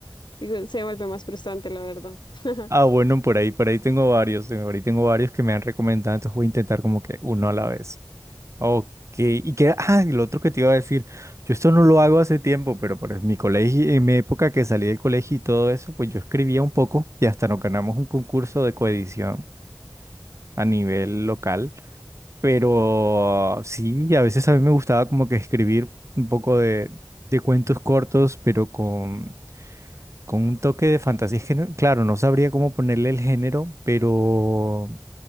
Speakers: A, on the left (about 80°); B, on the right (about 40°).
A: digo, se vuelve más frustrante, la verdad. <laughs>
B: Ah, bueno, por ahí, por ahí tengo varios, tengo- por ahí tengo varios que me han recomendado, entonces voy a intentar como que uno a la vez. Ok, y que, ah, y lo otro que te iba a decir, yo esto no lo hago hace tiempo, pero por mi colegio, en mi época que salí del colegio y todo eso, pues yo escribía un poco y hasta nos ganamos un concurso de coedición a nivel local, pero sí, a veces a mí me gustaba como que escribir un poco de, de cuentos cortos, pero con con un toque de fantasía. Es que, no- claro, no sabría cómo ponerle el género, pero